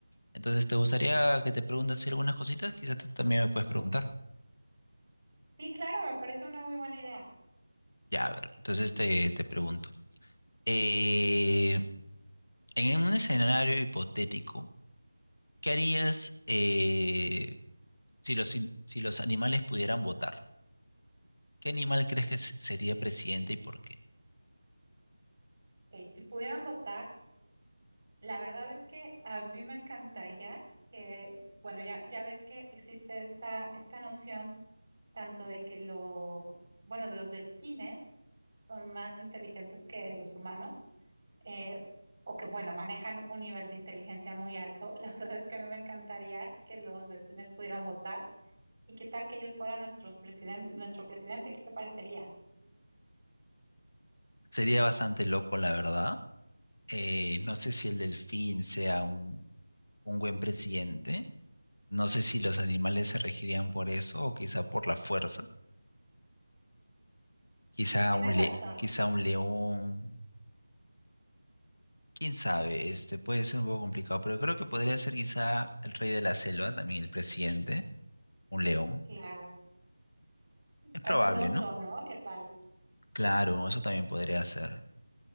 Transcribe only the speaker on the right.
Sí, claro, me parece una muy buena idea.
Ok, si pudieran votar, la verdad es que a mí me encantaría que, bueno, ya, ya ves que existe esta, esta noción tanto de que lo, bueno, de los delfines son más inteligentes que los humanos, eh, o que, bueno, manejan un nivel de inteligencia muy alto. La <laughs> verdad es que a mí me encantaría que los delfines pudieran votar. ¿Y qué tal que ellos fueran nuestros presiden- nuestro presidente? ¿Qué te parecería?
Tienes
razón,
claro.
O un oso,
¿no? ¿Qué tal?